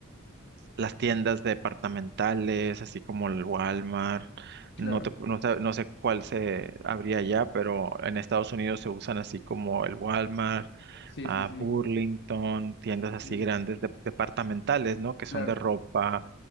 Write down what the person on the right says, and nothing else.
las tiendas departamentales, así como el Walmart.
No, te pu- no, sab- no sé cuál se habría allá, pero en Estados Unidos se usan así como el Walmart,
a
Burlington, tiendas así
grandes de- departamentales, ¿no? Que son
de ropa,